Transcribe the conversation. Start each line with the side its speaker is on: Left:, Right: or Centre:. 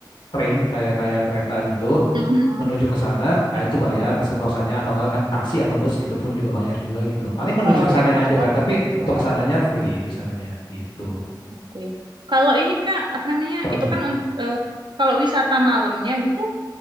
Left: train kayak kayak kereta gitu
Right: Mhm.
Left: menuju ke sana nah itu bayar ke Sentosanya atau enggak kan taksi atau bus itu pun juga bayar juga gitu paling menuju
Right: Oh
Left: ke sananya
Right: ya, maksudnya
Left: aja bayar tapi untuk
Right: Heeh,
Left: ke sananya
Right: Oke,
Left: free
Right: oke.
Left: di sananya gitu
Right: oke. Kalau ini Kak, apa namanya?
Left: apalagi
Right: Itu kan unt- eh, kalau wisata malamnya gitu,